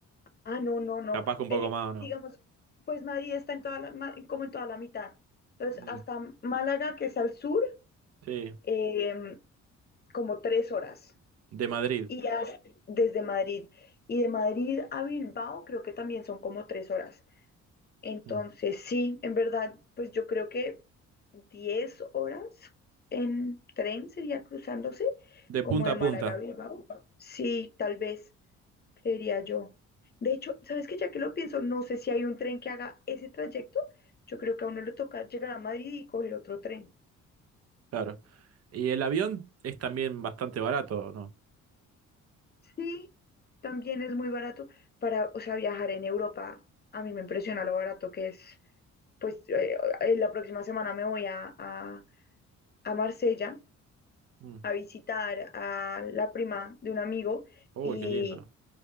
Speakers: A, on the left (about 35°); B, on the right (about 55°).
A: Ah, no,
B: <laughs>
A: no, no.
B: Capaz que un poco
A: Eh,
B: más o no.
A: digamos, pues Madrid está en toda la, ma- como en toda la mitad. Entonces,
B: Mm,
A: hasta Málaga, que es al sur,
B: sí,
A: em, como tres horas.
B: de Madrid.
A: y hasta- desde Madrid. Y de Madrid a Bilbao creo que también son como tres horas. Entonces,
B: Mm.
A: sí, en verdad, pues yo creo que 10 horas en tren sería cruzándose,
B: De
A: como
B: punta
A: de
B: a
A: Málaga
B: punta.
A: a Bilbao. Sí, tal vez, creería yo. De hecho, ¿sabes qué? Ya que lo pienso, no sé si hay un tren que haga ese trayecto. Yo creo que a uno le toca llegar a Madrid y coger otro tren.
B: Claro. Y el avión es también bastante barato, ¿no?
A: Sí, también es muy barato para, o sea, viajar en Europa. A mí me impresiona lo barato que es. Pues eh, eh, la próxima semana me voy a, a, a Marsella
B: Mm.
A: a visitar a la prima de un amigo
B: Uy,
A: y
B: qué lindo.